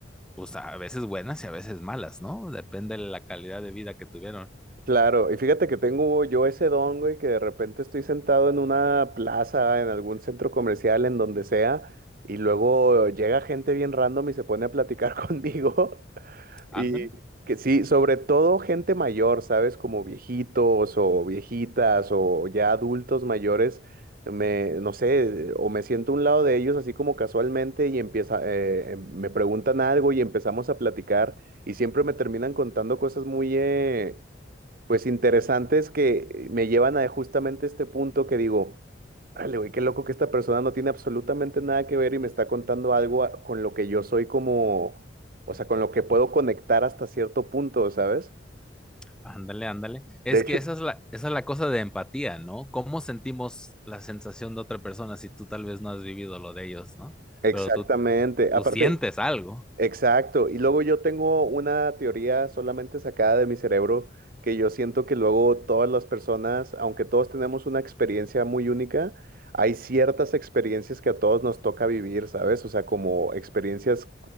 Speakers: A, in the centre; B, on the right.
A: pues a veces buenas y a veces malas, ¿no? Depende de la calidad de vida que tuvieron.
B: Claro, y fíjate que tengo yo ese don, güey, que de repente estoy sentado en una plaza, en algún centro comercial, en donde sea, y luego llega gente bien random y se pone a platicar <laughs> conmigo.
A: Ándale.
B: Y que sí, sobre todo gente mayor, ¿sabes? Como viejitos o viejitas o ya adultos mayores, me, no sé, o me siento a un lado de ellos así como casualmente y empieza, eh, em- me preguntan algo y empezamos a platicar y siempre me terminan contando cosas muy, eh, pues interesantes que me llevan a justamente este punto que digo, Órale, güey, qué loco que esta persona no tiene absolutamente nada que ver y me está contando algo a- con lo que yo soy como, o sea, con lo que puedo conectar hasta cierto punto, ¿sabes?
A: Ándale, ándale. Es
B: De hecho,
A: que esa es la, esa es la cosa de empatía, ¿no? ¿Cómo sentimos la sensación de otra persona si tú tal vez no has vivido lo de ellos, ¿no?
B: exactamente.
A: Pero tú,
B: Ok.
A: tú
B: Aparte,
A: sientes algo.
B: Exacto. Y luego yo tengo una teoría solamente sacada de mi cerebro que yo siento que luego todas las personas, aunque todos tenemos una experiencia muy única, hay ciertas experiencias que a todos nos toca vivir, ¿sabes? O sea, como experiencias